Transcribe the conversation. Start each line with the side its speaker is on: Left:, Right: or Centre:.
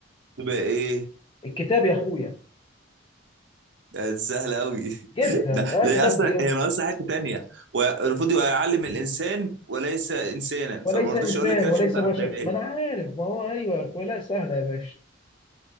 Right: تبقى إيه؟
Left: الكتاب يا اخويا
Right: ده سهلة أوي <laughs>
Left: جدا
Right: ده
Left: اه
Right: لا
Left: كتاب
Right: هي أصلا
Left: ج-
Right: هي ناقصة حتة تانية والمفروض يبقى يعلم الإنسان وليس إنسانا
Left: وليس
Right: فما رضيتش
Left: انسان
Right: أقول لك كده
Left: وليس
Right: عشان ما
Left: بشر
Right: تعرفهاش
Left: ما انا عارف ما هو ايوه يا اخويا لا سهله يا باشا